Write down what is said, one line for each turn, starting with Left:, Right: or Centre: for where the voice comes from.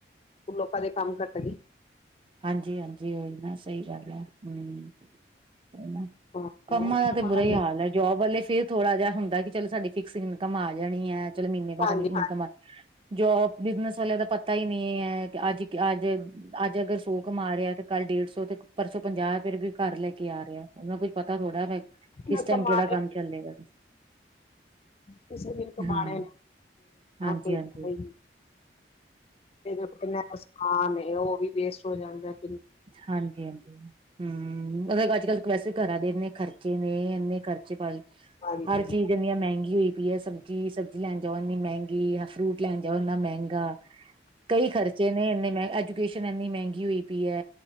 Left: ਲੋਕਾਂ ਦੇ ਕੰਮ ਘੱਟ ਗਏ।
Right: ਹਾਂਜੀ ਹਾਂਜੀ ਹਾਂਜੀ ਨਾ ਸਹੀ ਗੱਲ ਹੈ ਹੂੰ ਹਨਾ।
Left: ਹਾਂ,
Right: ਕੰਮਾਂ ਦਾ ਤਾਂ ਬੁਰਾ
Left: ਹਾਂਜੀ
Right: ਹੀ ਹਾਲ ਹੈ। ਜੋਬ ਵਾਲੇ ਫੇਰ ਥੋੜਾ ਜਿਹਾ ਹੁੰਦਾ ਕਿ ਚੱਲ ਸਾਡੀ ਫਿਕਸ ਇਨਕਮ ਆ ਜਾਣੀ ਹੈ। ਚਲ ਮਹੀਨੇ ਬਾਅਦ
Left: ਹਾਂਜੀ
Right: ਇਨਕਮ ਜੋਬ ਬਿਜਨਸ ਵਾਲਿਆਂ ਦਾ ਪਤਾ ਹੀ ਨਹੀਂ ਹੈ ਅੱਜ ਅੱਜ ਅੱਜ ਅਗਰ ਸੋ ਘਮਾ ਰਿਹਾ ਤੇ ਕੱਲ੍ਹ ਡੇਢ ਸੌ ਤੇ ਪਰਸੋ ਪੰਜਾਹ ਫਿਰ ਵੀ ਘਰ ਲੈ ਕੇ ਆ ਰਿਹਾ ਉਹਨੂੰ ਕੁਝ ਪਤਾ ਥੋੜ੍ਹਾ ਕਿਸ
Left: ਹਾਂ
Right: ਟਾਈਮ
Left: ਕਮਾਣੇ
Right: ਕਿਹੜਾ ਕੰਮ ਚੱਲੇਗਾ
Left: ਕਿਸੇ ਦਿਨ ਕਮਾਣੇ
Right: ਹਾਂ ਹਾਂਜੀ
Left: ਕੋਈ
Right: ਹਾਂਜੀ
Left: ਤੇਰੇ ਕੋਲ ਕੀਨਾ ਹੈਸਾਨ ਓੁਹ ਵੀ ਵੇਸਟ ਹੋ ਜਾਂਦਾ ਏ
Right: ਹਾਂਜੀ- ਹਾਂਜੀ ਹਮ ਮਤਲਬ ਅੱਜ ਕੱਲ੍ਹ ਵੇਸੇ ਘਰਾਂ ਦੇ ਇੰਨੇ ਖਰਚੇ ਨੇ ਇੰਨੇ ਖਰਚੇ ਪਾ
Left: ਹਾਂਜੀ
Right: ਹਰ ਚੀਜ਼ ਇੰਨੀਆਂ ਮਹਿੰਗੀ ਹੋਈ ਪਈ ਹੈ ਸਬਜ਼ੀ- ਸਬਜ਼ੀ ਲੈਣ ਜਾਓ ਇੰਨੀ ਮਹਿੰਗੀ ਫਰੂਟ ਲੈਣ ਜਾਓ ਇੰਨਾ ਮਹਿੰਗਾ ਕਈ ਖਰਚੇ ਨੇ ਇੰਨੇ ਮਹਿੰਗੇ ਅੱਜ ਐਜੁਕੇਸ਼ਨ ਇਨੀ ਮਹਿੰਗੀ ਹੋਈ ਪਈ ਏ